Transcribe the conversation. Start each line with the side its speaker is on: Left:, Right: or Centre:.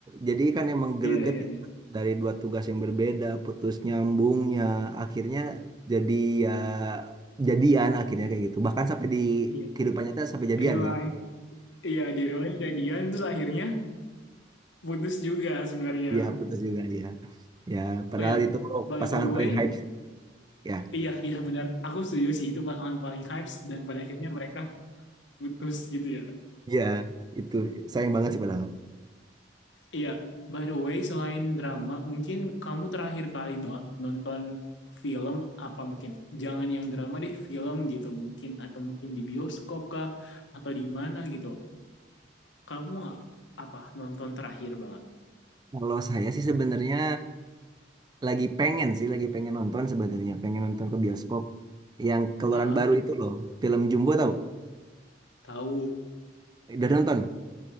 Right: Jadi kan emang
Left: Iya,
Right: greget
Left: iya,
Right: ya.
Left: iya.
Right: dari dua tugas yang berbeda, putus nyambungnya, akhirnya jadi ya jadian akhirnya kayak gitu. Bahkan sampai di
Left: Iya,
Right: kehidupan nyata sampai jadian
Left: real
Right: kan.
Left: life. Iya, di real life jadian terus akhirnya putus juga sebenarnya.
Right: Iya, putus juga ya. Ya, padahal
Left: Oh ya,
Right: itu
Left: by
Right: pasangan
Left: the way,
Right: paling hype ya.
Left: iya, iya benar. Aku setuju sih itu pasangan paling hype dan pada akhirnya mereka putus gitu ya.
Right: Iya, itu sayang banget sih padahal.
Left: Iya, by the way, selain drama, mungkin kamu terakhir kali banget nonton film apa mungkin? Jangan yang drama deh, film gitu mungkin atau mungkin di bioskop kah atau di mana gitu. Kamu apa nonton terakhir banget?
Right: Kalau saya sih sebenarnya lagi pengen sih, lagi pengen nonton sebenarnya, pengen nonton ke bioskop yang keluaran
Left: Ah, ah,
Right: baru itu loh, film Jumbo tahu?
Left: tahu.
Right: Udah nonton?